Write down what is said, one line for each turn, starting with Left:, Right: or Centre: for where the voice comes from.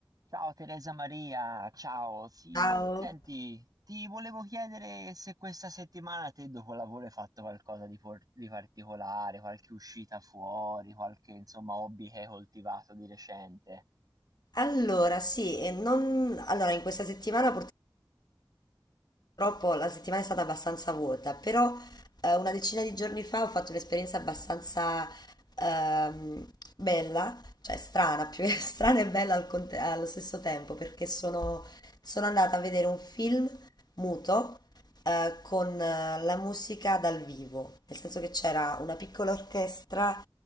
Right: Ciao Teresa Maria, ciao. Sì,
Left: Ciao.
Right: senti, ti volevo chiedere se questa settimana te dopo lavoro hai fatto qualcosa di, por- di particolare, qualche uscita fuori, qualche insomma hobby che hai coltivato di recente.
Left: Allora, sì, e non... allora, in questa settimana purtroppo la settimana è stata abbastanza vuota, però eh, una decina di giorni fa ho fatto un'esperienza abbastanza ehm, bella, cioè strana, più che <laughs> strana e bella al conte- allo stesso tempo, perché sono, sono andata a vedere un film muto eh, con eh, la musica dal vivo, nel senso che c'era una piccola orchestra